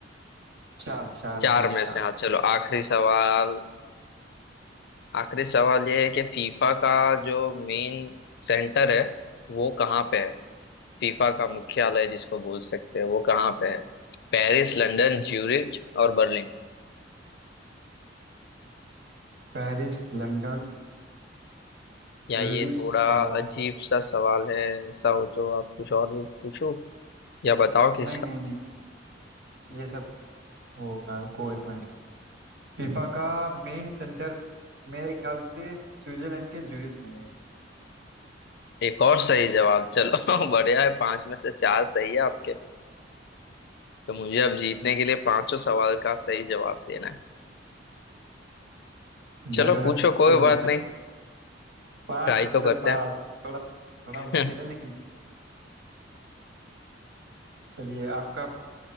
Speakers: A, on the right; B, on the left.
A: चार चार
B: चार
A: है, अभी तो
B: में
A: चार
B: से हाँ चलो आखिरी सवाल आखिरी सवाल ये है कि फीफा का जो मेन सेंटर है वो कहाँ पे है फीफा का मुख्यालय जिसको बोल सकते हैं वो कहाँ पे है पेरिस लंदन ज्यूरिच और बर्लिन
A: पेरिस लंदन
B: या
A: ज्यूरिख
B: ये थोड़ा
A: और
B: अजीब सा सवाल है ऐसा हो तो आप कुछ और भी पूछो या बताओ कि
A: नहीं
B: इसका
A: नहीं नहीं ये ये सब होगा रुको एक मिनट फीफा का मेन सेंटर मेरे ख्याल से स्विट्जरलैंड के ज्यूरिख में है
B: एक और सही जवाब चलो <laughs> बढ़िया है पांच में से चार सही है आपके तो मुझे अब जीतने के लिए पांचों सवाल का सही जवाब देना है चलो
A: लग रहा
B: पूछो कोई
A: तो रहा
B: बात नहीं
A: पाँच
B: ट्राई
A: <laughs> में
B: तो
A: से
B: करते
A: पाँच थोड़ा थोड़ा मुश्किल
B: हैं
A: है लेकिन चलिए आपका